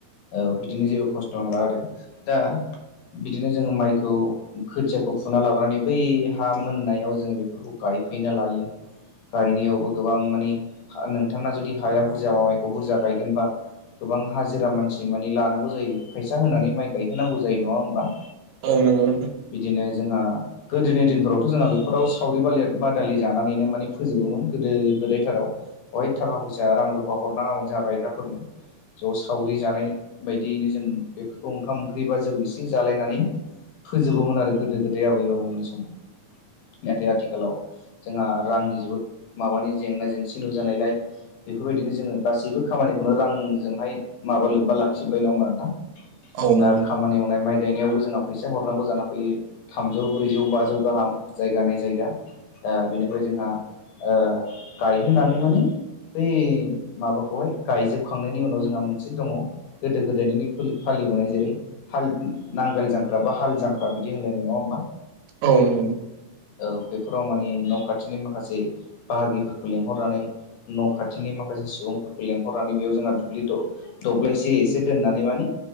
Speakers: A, on the left; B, on the right.
A: औ बिदिनो जेबो खस्थ' नांला आरो दा बिदिनो जोङो माइखौ खोथियाखौ फुना लाबोनानै बै हा मोननायाव जोङो बे बेफोरखौ गायफैना लायो गायनायाव गोबां माने नोंथांना जुदि हाया बुरजा माबाइखौ बुरजा गायगोनबा गोबां हाजिरा मानसि माने लानांगौ जायो फैसा होनानै माइ गायहोनांगौ जायो नङा होम्बा
B: औ नंगौ नोंथां
A: बिदिनो जोंहा गोदोनि दिनफोरावथ' जोंहा बेफोराव सावरि बादालि जानानैनो माने फोजोबोमोन। गोदो गोदायथाराव बहाय थाखा फैसा रां रुफा हरनाङामोन जोंहा गायग्राफोरनो ज' सावरि जानाय बायदियैनो जों बेफोरखौ ओंखाम ओंख्रि बा जौ एसे जालायनानैनो फोजोबोमोन आरो गोदो गोदाय आबै आबौमोननि समाव। नाथाय आथिखालाव जोंहा रांनि जोबोद माबानि जेंना जेंसि नुजानायलाय बेफोरबायदिनो जोङो गासैबो खामानिखौनो रांजोंहाय माबा लोब्बा लाखिबाय न ओमबा नोंथां
B: औ नंगौ
A: दा खामानि मावनाय माइ गायनायावबो जोंहा फैसा हरनांगौ जाना फैयो थामजौ ब्रैजौ बाजौ गाहाम जायगा नायै जायगा। ओ बेनिफ्राय जोंहा ओ गायहोनानै माने बै माबाखौहाय गायजोबखांनायनि उनाव जोंहा मोनसे दङ गोदो गोदायनिनो फोलि फालिबोनाय जेरै हाल नांगोल जांख्रा बा हाल जांख्रा बिदि होनलायनाय नङा होमबा।
B: औ नंगौ
A: औ बेफोराव माने न' खाथिनि माखासे बाहागिफोरखौ लिंहरनानै न' खाथिनि माखासे सुबुंफोरखौ लेंहरनानै बेयाव जोंहा दुब्लि दर दब्लायसे एसे दोननानै माने